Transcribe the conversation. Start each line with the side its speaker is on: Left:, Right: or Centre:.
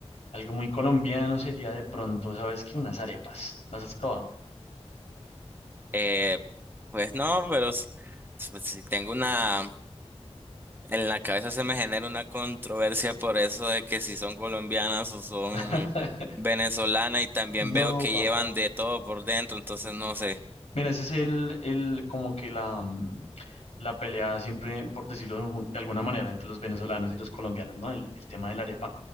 Left: Algo muy colombiano sería de pronto, ¿sabes qué? Unas arepas. ¿Las has probado?
Right: Eh, pues no, pero s- s- si tengo una, en la cabeza se me genera una controversia por eso de que si son colombianas o son
Left: <laughs>
Right: venezolanas y también
Left: No,
Right: veo que
Left: papá.
Right: llevan de todo por dentro, entonces no sé.
Left: Mira, ese es el, el como que la, mm, la pelea siempre, por decirlo de, algún- de alguna manera, entre los venezolanos y los colombianos, ¿no? El, el tema de la arepa.